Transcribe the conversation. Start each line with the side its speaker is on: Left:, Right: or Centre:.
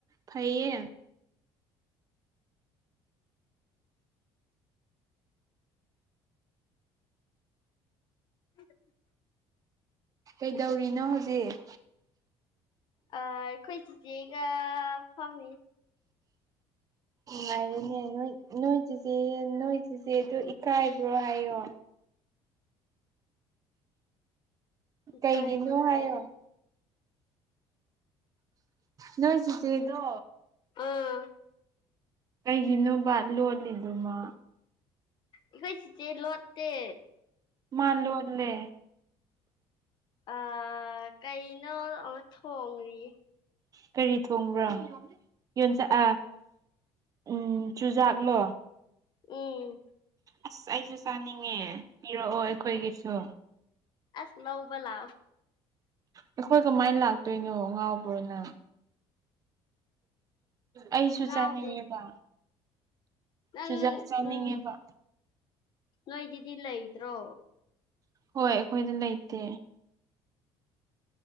Right: ꯐꯩꯌꯦ꯫
Left: ꯎ <unintelligible>
Right: ꯀꯩꯗꯧꯔꯤꯅꯣ ꯍꯧꯖꯤꯛ꯫
Left: ꯑꯥ ꯑꯩꯈꯣꯏ ꯆꯤꯆꯦꯒ ꯐꯝꯃꯤ꯫
Right: ꯅꯨꯡꯉꯥꯏꯔꯤꯅꯦ ꯅꯣꯏ ꯅꯣꯏ ꯆꯦꯆꯦ ꯅꯣꯏ ꯆꯦꯆꯦꯗ ꯏꯀꯥꯏꯕ꯭ꯔꯣ ꯍꯥꯏꯌꯣ꯫
Left: ꯏꯀꯥꯏꯕ꯭ꯔꯌꯦ꯫
Right: ꯀꯩꯒꯤꯅꯣ ꯍꯥꯏꯌꯣ ꯅꯣꯏ ꯆꯁꯤꯗꯣ
Left: ꯑꯥ
Right: ꯀꯩꯒꯤꯅꯣꯕ ꯂꯣꯂꯤꯗꯨꯃ꯫
Left: ꯑꯩꯈꯣꯏ ꯆꯤꯆꯦ ꯂꯣꯠꯇꯦ꯫
Right: ꯃꯥꯂꯣꯠꯂꯦ꯫
Left: ꯑ ꯀꯩꯅꯣ ꯑꯃꯨ ꯊꯣꯡꯔꯤꯌꯦ꯫
Right: ꯀꯔꯤ ꯊꯣꯡꯕ꯭ꯔꯣ ꯌꯣꯟꯆꯛꯑ ꯎꯝ ꯆꯨꯖꯥꯛꯂꯣ꯫
Left: ꯎꯝ
Right: ꯑꯁ ꯑꯩꯁꯨ ꯆꯥꯅꯤꯡꯉꯦ ꯄꯤꯔꯛꯑꯣ ꯑꯩꯈꯣꯏꯒꯤꯁꯨ꯫
Left: ꯑꯁ ꯂꯧꯕꯂꯥꯎ꯫
Right: ꯑꯩꯈꯣꯏ ꯀꯃꯥꯏꯅ ꯂꯥꯛꯇꯣꯏꯅꯣ ꯉꯥꯎꯕ꯭ꯔꯣꯅꯪ꯫ ꯑꯩꯁꯨ
Left: ꯉꯥꯎꯗꯦ
Right: ꯆꯥꯅꯤꯡꯉꯦꯕ꯫
Left: ꯅꯪ
Right: ꯆꯨꯖꯥꯛ ꯆꯥꯅꯤꯡꯉꯦꯕ
Left: ꯎꯝ ꯅꯣꯏꯒꯤꯗꯤ ꯂꯩꯇ꯭ꯔꯣ꯫
Right: ꯍꯣꯏ ꯑꯩꯈꯣꯏꯗꯤ ꯂꯩꯇꯦ꯫